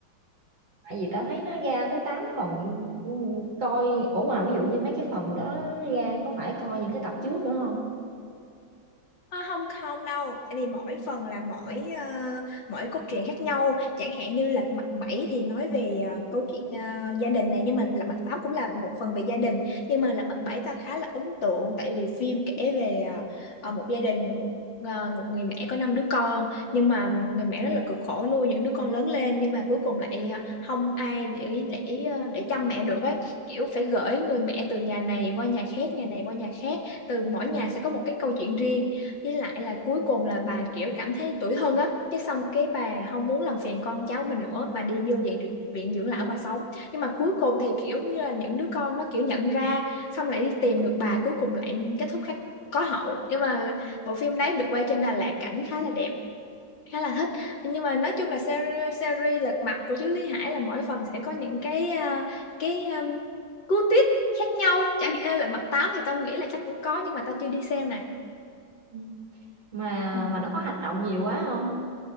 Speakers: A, on the right; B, on the left.
A: tại vì tao thấy nó ra tới tám phần ừ, coi ủa mà ví dụ như mấy cái phần đó nó ra có phải coi những cái tập trước nữa không
B: Ờ, không không đâu tại vì mỗi phần là mỗi ờ, mỗi cốt truyện khác nhau chẳng hạn như là mặt 7 thì nói về ờ, câu chuyện ờ, gia đình này nhưng mà là mặt 8 cũng là một phần về gia đình nhưng mà là mặt 7 tao khá là ấn tượng tại vì phim kể về ờ, ờ, một gia đình ờ, một người mẹ có năm đứa con nhưng mà người mẹ rất là cực khổ nuôi những đứa con lớn lên nhưng mà cuối cùng lại ờ, không ai để để ờ, để chăm mẹ được ấy kiểu phải gửi người mẹ từ nhà này qua nhà khác nhà này qua nhà khác từ mỗi nhà sẽ có một cái câu chuyện riêng với lại là cuối cùng là bà kiểu cảm thấy tủi thân á Cái xong cái bà không muốn làm phiền con cháu mình nữa Bà đi vô viện, viện dưỡng lão bà sống Nhưng mà cuối cùng thì kiểu như là những đứa con nó kiểu nhận ra Xong lại đi tìm được bà cuối cùng lại kết thúc khác có hậu Nhưng mà bộ phim đấy được quay trên Đà Lạt cảnh khá là đẹp khá là thích nhưng mà nói chung là series, series lật mặt của chú Lý Hải là mỗi phần sẽ có những cái à, cái um, cú twist khác nhau chẳng à, lật mặt tám thì tao nghĩ là chắc cũng có nhưng mà tao chưa đi xem nè
A: Ừ. mà
B: ừ.
A: mà nó có hành động nhiều quá không